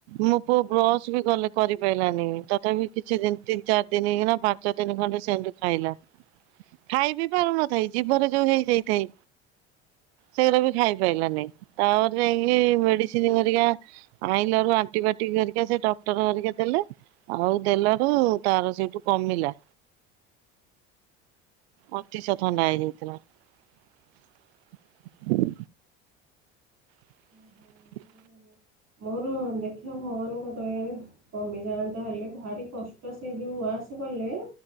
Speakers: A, on the right; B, on the right.
A: ମୋ ପୁଅ ବ୍ରଶ ବି ଗଲେ କରିପାରିଲାନି ତଥାପି କିଛି ତିି ଚାର ଦିନ ନା ପାଞ୍ଚ ଦିନ ଖଣ୍ଡେ ସେମତି ଖାଇଲା ଖାଇ ବିି ପାରୁନ ଜୀବରେ ଯୋଉ ହେଇଯାଇଥାାଇ ସେଗଡା ବି ଖାଇ ପାରଲାନି ତାପରେ ଯାଇକି ମେଡିସିନ କରିକା ଆଇିଲ ରାରୁ ଆଣ୍ଟିବାୟୋଟିକ କରିକା ସେ ଡକ୍ଟର କରିକା ଦେଲେ ଆଉ ଦେଲାରୁ ତାର ସେଇଠୁ କମିଲା। ଅତିଶ ଥଣ୍ଡା ହେଇଯାଇଥିଲା। <inaudible>
B: ଓହୋ ଏମିତି ମୋର ଦେଖକ୍ଷା ଭଗବାନଙ୍କ ଦୟରିୀ କମିଯାଆନ୍ତା ହେଲେ ଭାରି କଷ୍ଟ ସେ ଯୋଉ ଆସ କଲେ